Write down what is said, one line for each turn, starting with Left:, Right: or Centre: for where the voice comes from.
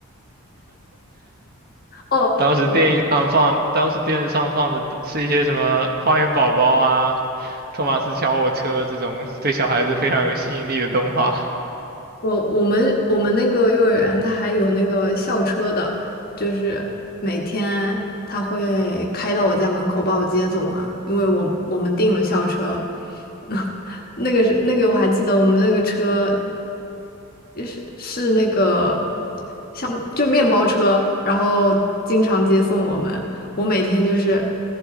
Left: <laughs> 哦，
Right: 当时电影上放，
Left: 我
Right: 当时电视上放的是一些什么《花园宝宝》啊、《托马斯小火车》这种对小孩子非常有吸引力的动画。
Left: 我我们我们那个幼儿园，它还有那个校车的，就是每天它会开到我家门口把我接走嘛，因为我我们订了校车，<laughs> 那个是那个我还记得我们那个车就是是那个像就是面包车，然后经常接送我们。我每天就是